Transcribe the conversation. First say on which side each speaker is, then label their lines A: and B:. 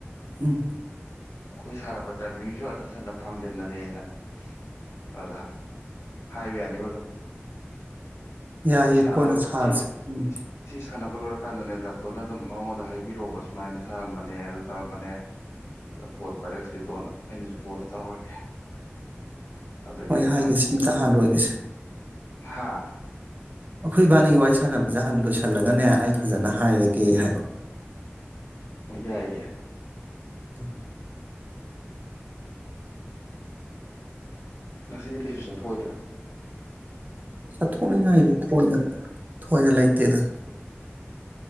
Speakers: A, on the right; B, on the left.
A: ꯎꯝ
B: ꯑꯩꯈꯣꯏ ꯁꯥꯅꯕꯗ ꯇꯥꯏꯃꯤꯡꯁꯨ ꯆꯁꯟꯅ ꯐꯥꯡꯖꯟꯅ ꯑꯗ ꯍꯥꯏ ꯍꯥꯏꯕ ꯌꯥꯅꯦꯕ ꯑꯗꯨꯝ
A: ꯌꯥꯏꯌꯦ
B: ꯁꯤ ꯁꯥꯟꯅꯕ
A: ꯀꯣꯟꯅ ꯁꯥꯔꯁꯦ
B: ꯁꯤ
A: ꯎꯝ
B: ꯁꯤ ꯁꯥꯅ ꯁꯥꯟꯅꯕ ꯂꯣꯏꯔꯀꯥꯟꯗꯅꯦ ꯗꯥꯇꯣꯟꯅꯅꯦ ꯑꯗꯨꯝ ꯃꯉꯣꯟꯗ ꯍꯥꯏꯕꯤꯔꯑꯣꯕ ꯁꯨꯃꯥꯏꯅ ꯁꯥꯔꯝꯕꯅꯦ ꯑꯗꯨ ꯇꯧꯔꯝꯕꯅꯦ ꯑꯗ ꯐꯣꯟ ꯄꯥꯏꯔꯛꯇ꯭ꯔꯤꯗꯣ ꯑꯩꯅꯁꯨ ꯀꯣꯟꯅ ꯇꯧꯔꯒꯦ ꯑꯗꯒꯤ
A: ꯍꯣꯏ ꯍꯥꯏꯒꯦ ꯁꯤꯝꯇ ꯍꯥꯟ ꯂꯣꯏꯒꯤꯁꯦ
B: ꯍꯥꯥ
A: ꯑꯩꯈꯣꯏ ꯏꯕꯅꯤꯒꯤ ꯋꯥꯔꯤ ꯁꯥꯟꯅꯕꯁꯦ ꯍꯥꯟꯅ ꯂꯣꯏꯁꯜꯂꯒꯅꯦ ꯑꯩ ꯐꯖꯅ ꯍꯥꯏꯔꯒꯦ ꯍꯥꯏꯕ
B: ꯌꯥꯏꯌꯦ
A: <inaudible>
B: ꯉꯁꯤꯗꯤ ꯀꯩꯁꯨ ꯆꯠꯊꯣꯛꯑꯣꯏꯗ꯭ꯔꯥ
A: ꯆꯠꯊꯣꯛꯅꯤꯡꯉꯥꯏꯗꯤ ꯊꯣꯏꯅ ꯊꯣꯏꯅ ꯂꯩꯇꯦꯗ